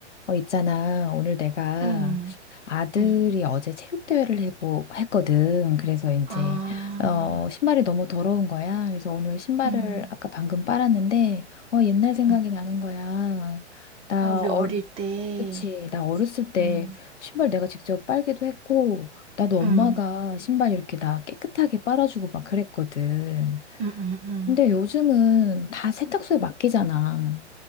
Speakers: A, on the left; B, on the right.
A: 어, 있잖아. 오늘 내가
B: 음.
A: 아들이
B: 음.
A: 어제 체육대회를 하고 했거든. 그래서 이제,
B: 아.
A: 어, 신발이 너무 더러운 거야. 그래서 오늘 신발을
B: 음.
A: 아까 방금 빨았는데, 어, 옛날 생각이
B: 음.
A: 나는 거야. 나,
B: 아 우리
A: 어,
B: 어릴 때
A: 그치. 나 어렸을 때
B: 음.
A: 신발 내가 직접 빨기도 했고, 나도 엄마가
B: 음.
A: 신발 이렇게 나 깨끗하게 빨아주고 막 그랬거든.
B: 음음음.
A: 근데 요즘은 다 세탁소에 맡기잖아.